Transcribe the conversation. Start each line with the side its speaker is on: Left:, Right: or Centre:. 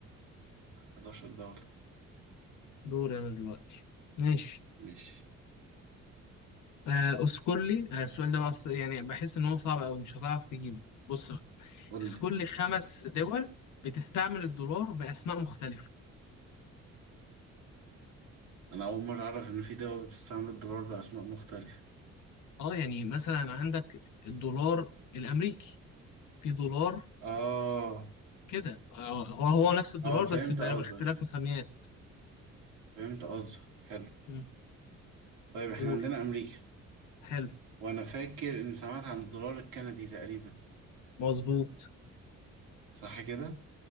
Right: 11 دولة
Left: دور أنا دلوقتي ماشي
Right: ماشي
Left: آه، اسكولي آه، السؤال ده بقى أص- يعني بحس ان هو صعب قوي مش هتعرف تجيبه بص
Right: قول
Left: اذكر
Right: لي
Left: لي خمس دول بتستعمل الدولار باسماء مختلفه
Right: انا اول مرة اعرف ان في دول بتستعمل الدولار باسماء مختلفة
Left: اه يعني مثلا عندك الدولار الامريكي في دولار
Right: اه
Left: كده آه، هو هو نفس الدولار
Right: اه فهمت
Left: بس ب- باختلاف
Right: قصدك
Left: مسميات
Right: فهمت قصدك حلو
Left: مم.
Right: طيب احنا
Left: قول
Right: عندنا امريكا
Left: حلو
Right: وانا فاكر ان سمعت عن الدولار الكندي تقريبا
Left: مظبوط
Right: صح كده